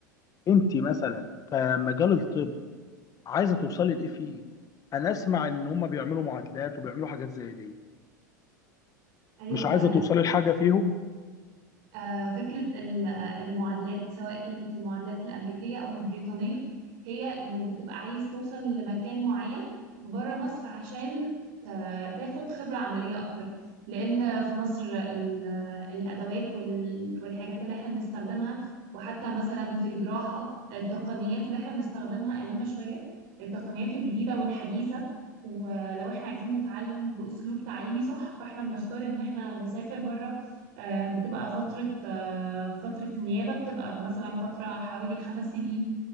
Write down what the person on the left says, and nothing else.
آه، انت مثلا كمجال الطب عايزه توصلي لايه فيه انا اسمع ان هم بيعملوا معادلات وبيعملوا حاجات زي دي
مش
عايزه توصلي لحاجه فيهم